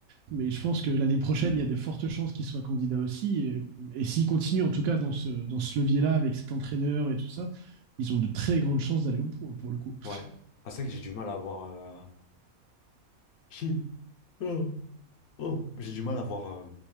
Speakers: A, on the right; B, on the left.
A: Mais je pense que l'année prochaine, il y a des fortes chances qu'ils soient candidats aussi. Et, et s'ils continuent, en tout cas, dans ce, dans ce levier-là, avec cet entraîneur et tout ça, ils ont de très grandes chances d'aller au bout, hein, pour le coup.
B: Ouais. Ah, c'est vrai que j'ai du mal à voir. euh, Chi. Oh. Oh. J'ai du mal à voir, euh,